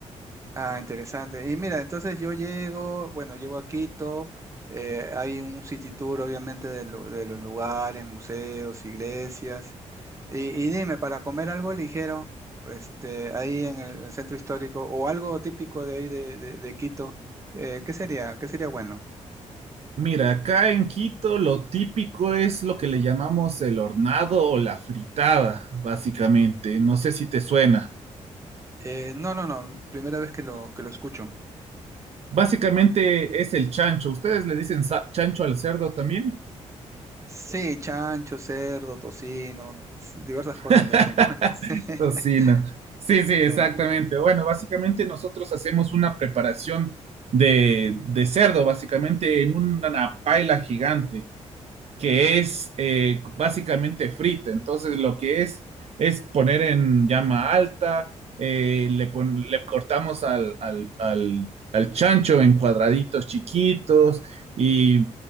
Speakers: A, on the right (about 25°); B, on the right (about 60°).
A: Ah, interesante. Y mira, entonces yo llego, bueno, llego a Quito, eh, hay un city tour obviamente de, lu- de los lugares, museos, iglesias. Y, y dime, para comer algo ligero, este, ahí en el, el centro histórico o algo típico de ahí de, de- de Quito, eh, ¿qué sería? ¿Qué sería bueno?
B: Mira, acá en Quito lo típico es lo que le llamamos el hornado o la fritada, básicamente. No sé si te suena.
A: Eh, no, no, no, primera vez que lo, que lo escucho.
B: Básicamente es el chancho. ¿Ustedes le dicen sa- chancho al cerdo también?
A: Sí, chancho, cerdo, tocino, s- diversas cosas
B: <laughs>
A: le decimos. <laughs>
B: Tocino. Sí, sí, exactamente.
A: Sí,
B: Bueno, básicamente nosotros hacemos una preparación de, de cerdo, básicamente en una paila gigante que es eh, básicamente frita. Entonces lo que es es poner en llama alta, eh, le, pon- le cortamos al, al- al- al chancho en cuadraditos chiquitos y,